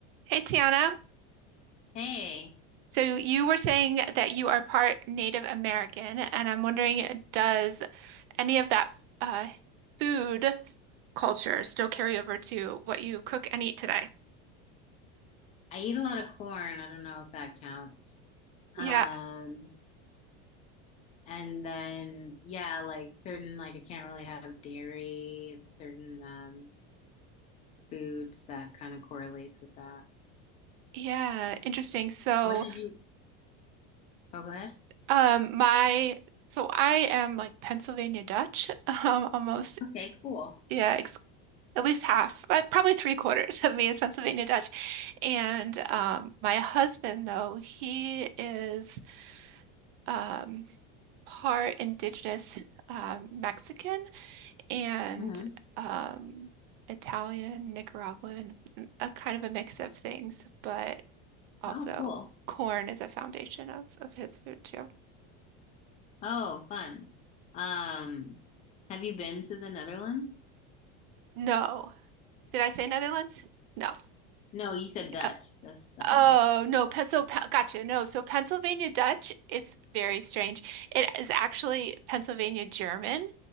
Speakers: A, on the right; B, on the left.
A: Hey Tiana,
B: Hey,
A: so you were saying that you are part Native American, and I'm wondering, does any of that uh, food culture still carry over to what you cook and eat today?
B: I eat a lot of corn. I don't know if that counts. Um,
A: Yeah,
B: and then yeah, like certain like I can't really have dairy and certain um foods that kind of correlates with that.
A: yeah, interesting. So,
B: What did you? Oh, go ahead.
A: um, my so I am like Pennsylvania Dutch, <laughs> um, almost,
B: Okay, cool.
A: yeah, ex at least half, but probably three quarters of me is Pennsylvania Dutch, and um, my husband though he is. Um, part indigenous um, Mexican and
B: hmm
A: um, Italian, Nicaraguan, a kind of a mix of things, but also
B: Oh, cool.
A: corn is a foundation of, of his food too.
B: Oh, fun. Um, have you been to the Netherlands?
A: No. Did I say Netherlands? No.
B: No, you said Dutch.
A: Uh,
B: That's um.
A: oh, no. Pen- So, pe- gotcha. No. So, Pennsylvania Dutch, it's very strange. It is actually Pennsylvania German,